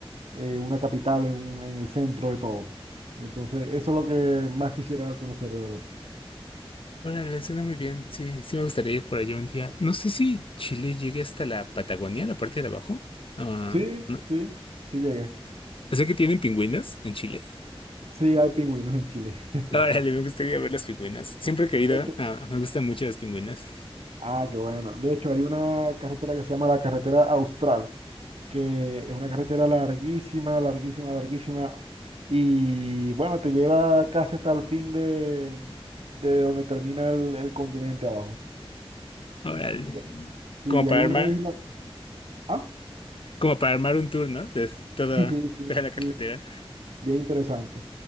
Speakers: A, on the right; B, on the left.
A: eh, una capital en, un- en el centro de todo. Entonces, eso es lo que más quisiera conocer, de verdad.
B: Órale, suena muy bien. Sí, sí me gustaría ir por allá un día. No sé si Chile llegue hasta la Patagonia, la parte de abajo. Ah,
A: Sí,
B: no.
A: sí, sí llega
B: Sé que tienen pingüinas en Chile.
A: Sí, hay pingüinos en Chile. <laughs>
B: Órale, me gustaría ver las pingüinas. Siempre he querido,
A: De hecho,
B: ah, me gustan mucho las pingüinas.
A: ah, qué bueno. De hecho, hay una carretera que se llama la carretera Austral, que es una carretera larguísima, larguísima, larguísima. Y bueno, te lleva casi hasta el fin de, de donde termina el, el continente abajo.
B: Órale.
A: Ya. Sí,
B: Como
A: y
B: para
A: hay una
B: armar,
A: isla. Ah,
B: como para armar un tour, ¿no? De toda,
A: <laughs> sí,
B: toda la carretera.
A: sí, Bien interesante.